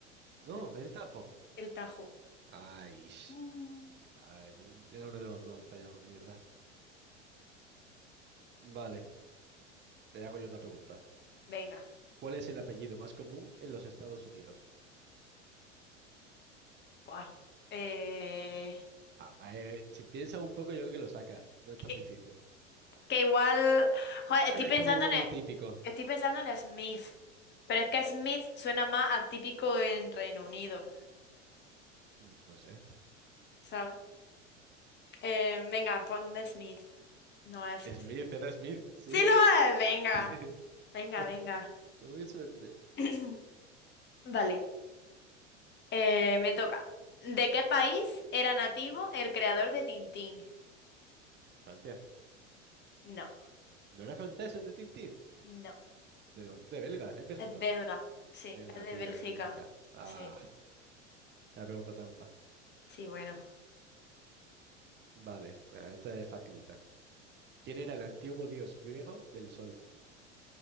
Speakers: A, on the right; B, on the left.
A: No,
B: el,
A: el Tajo.
B: el Tajo.
A: Ay, sh-
B: Mm.
A: ay, era uno de los dos, he fallado, mierda. Vale, te hago yo otra pregunta.
B: Venga.
A: ¿Cuál es el apellido más común en los Estados Unidos?
B: Buah. Eh,
A: Ah, eh, si piensas un poco, yo creo que lo sacas. No es tan
B: que,
A: difícil.
B: que igual, joder,
A: <clears throat>
B: estoy
A: Es
B: pensando
A: como uno
B: en,
A: muy
B: e,
A: típico.
B: estoy pensando en Smith, pero es que Smith suena más atípico en Reino Unido,
A: Mm, No sé.
B: ¿sabes? Eh, venga, pon de Smith. No es Smith.
A: <laughs> Smith, era Smith, sí.
B: Sí lo es, venga.
A: Sí.
B: Venga,
A: <laughs>
B: venga.
A: Tuve suerte.
B: <clears throat> Vale, eh, me toca. ¿De qué país era nativo el creador de Tintín?
A: Francia.
B: No,
A: ¿No era francés el de Tintín?
B: no.
A: ¿De dónde? ¿De Belga? ¿Es Bélgico?
B: Es belga. Sí,
A: Belga,
B: es de
A: tío,
B: Bélgica.
A: de Bélgica. Ah,
B: Sí,
A: la pregunta trampa.
B: sí, bueno.
A: Vale, venga, esta es facilita. ¿Quién era el antiguo dios griego del sol?